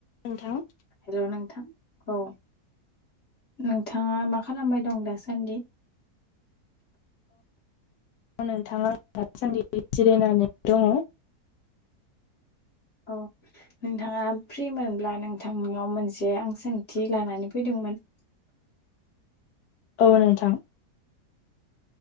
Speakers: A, on the left; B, on the left.
A: नोंथां
B: हेलौ नोंथां औ नोंथाङा मा खालामबाय दं दासान्दि?
A: औ नोंथां आं दासान्दि जिरायनानै दङ।
B: औ नोंथाङा फ्रिमोनब्ला नोंथांनियाव मोनसे आं सोंथि लानानै फैदोंमोन।
A: औ नोंथां।